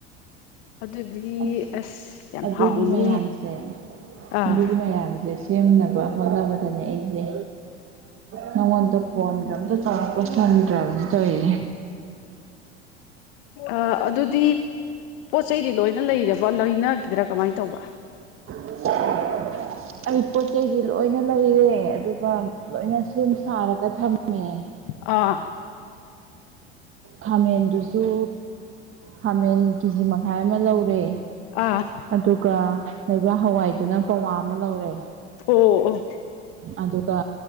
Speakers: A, on the left (about 65°); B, on the right (about 40°).
A: ꯑꯗꯨꯗꯤ
B: ꯑꯁ
A: ꯑꯁ ꯌꯥꯝ
B: ꯑꯗꯨꯒꯤ
A: ꯍꯥꯎꯅꯤꯅꯦ
B: ꯃꯌꯥꯝꯁꯦ
A: ꯑꯥ
B: ꯑꯗꯨꯒꯤ ꯃꯌꯥꯝꯖꯦ ꯁꯤ ꯁꯦꯝꯅꯕ ꯍꯣꯠꯅꯕꯗꯅꯦ ꯑꯩꯖꯦ ꯅꯪꯉꯣꯟꯗꯣ ꯐꯣꯟꯒ ꯑꯝꯇ ꯇꯧꯔꯛꯄ ꯁꯪꯗ꯭ꯔꯕꯅꯤ ꯇꯧꯋꯤꯖꯦ
A: ꯑꯥ ꯑꯗꯨꯗꯤ ꯄꯣꯠ ꯆꯩꯗꯤ ꯂꯣꯏꯅ ꯂꯩꯔꯕ ꯂꯩꯅꯒꯤꯗ꯭ꯔꯥ ꯀꯃꯥꯏ ꯇꯧꯕ
B: <inaudible> ꯑꯩ ꯄꯣꯠ ꯆꯩꯗꯤ ꯂꯣꯏꯅ ꯂꯩꯔꯦ ꯑꯗꯨꯒ ꯂꯣꯏꯅ ꯁꯦꯝ ꯁꯥꯔꯒ ꯊꯝ ꯃꯦ
A: ꯑꯥ
B: ꯈꯥꯃꯦꯟꯗꯨꯁꯨ ꯈꯥꯃꯦꯟ ꯀꯦꯖꯤ ꯃꯈꯥꯏ ꯑꯃ ꯂꯧꯔꯦ
A: ꯑꯥ
B: ꯑꯗꯨꯒ ꯂꯩꯕꯥꯛ ꯍꯋꯥꯏꯗꯨꯅ ꯄꯋꯥ ꯑꯃ ꯂꯧꯔꯦ
A: ꯑꯣ ꯑꯣ ꯑꯣ
B: ꯑꯗꯨꯒ